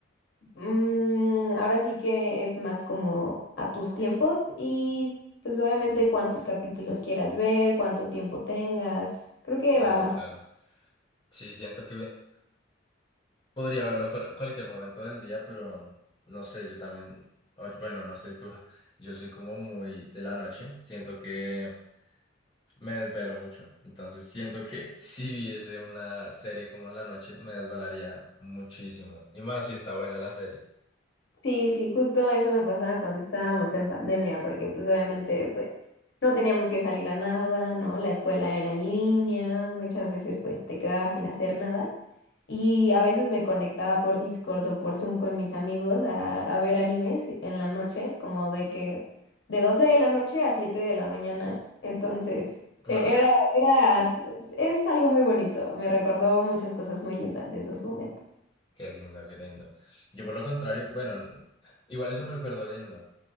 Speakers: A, on the left (about 65°); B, on the left (about 25°).
A: mm, ahora sí que es más como a tus tiempos y pues obviamente cuántos capítulos quieras ver, cuánto tiempo tengas, creo que
B: Claro,
A: va más.
B: claro. Sí, siento que ve- podría verlo cual- cualquier momento del día, pero no sé, yo también, oye, bueno, no sé tú, <laughs> yo soy como muy de la noche, siento que... Me desvelo mucho, entonces siento que <laughs> si viese una serie como en la noche me desvelaría muchísimo, y más si está buena la serie.
A: Sí, sí, justo eso me pasaba cuando estábamos en pandemia, porque pues obviamente pues no teníamos que salir a nada, ¿no? La escuela era en línea, muchas veces pues te quedabas sin hacer nada y a veces me conectaba por Discord o por Zoom con mis amigos a, a ver animes en la noche, como de que de 12 de la noche a 7 de la mañana, entonces
B: Guau,
A: e- era, era, es algo muy bonito, me recordó muchas cosas muy lindas de esos momentos.
B: <laughs> qué lindo, qué lindo. Yo por lo contrario, bueno, n- igual es un recuerdo lindo.